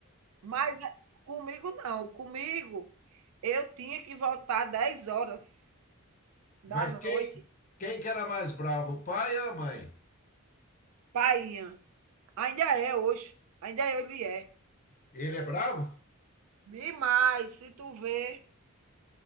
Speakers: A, on the right; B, on the left.
A: mas é, comigo não, comigo eu tinha que voltar 10 horas da
B: Mas
A: noite.
B: quem, quem que era mais bravo, o pai ou a mãe?
A: Painha, ainda é hoje, ainda é, ele é.
B: Ele é bravo?
A: Demais, se tu vê,